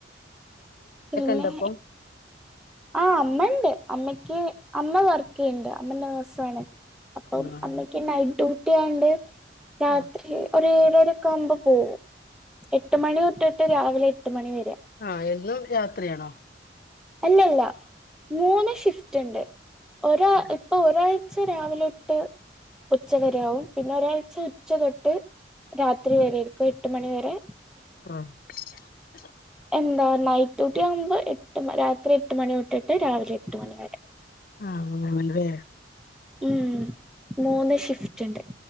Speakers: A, in the centre; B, on the left.
A: പിന്നെ
B: ഉണ്ടപ്പം
A: ആഹ് അമ്മണ്ട് അമ്മക്ക് അമ്മ വർക്ക് ചെയ്യണ്ട് അമ്മ നേഴ്സാണ് അപ്പം
B: ആഹ്
A: അമ്മയ്ക്ക് നൈറ്റ് ഡ്യൂട്ടി ആണ്ട് രാത്രി
B: ആഹ്
A: ഒ ഏഴരക്കെ ആുമ്പ് പോകവും എട്ട മണി തൊട്ട് രാവിലെ എട്ട് മണിവ വരെ
B: ആഹ എന്നും യാത്രയാണോ
A: അല്ലല്ല മൂന്ന് ഷിഫ്റ്റ് ഉണ്ട് ഒരാ
B: ആഹ്
A: ഇപ്പൊ ഒരാൾ ഒച്ച രാവിലെ തൊട്ട് ഉച്ചവരാവും പിന്നെ ഒരാഴ്ച ഉച്ച തൊട്ട് രാത്രി വരെരിക്കും എട്ട് മണിിവരെ
B: ആഹ
A: എന്താ നൈറ്റ് ഡ്യൂട്ടി ആകുമ്പോ എട്ട് രാത്രി എട്ട് മണി തൊട്ടിട്ട് രാവിലെ എട്ട് മണി വരെ
B: ആഹ് ആല്ലതേ
A: ഉം മൂന്ന് ഷിഫ്റ്റ് ഉണ്ട്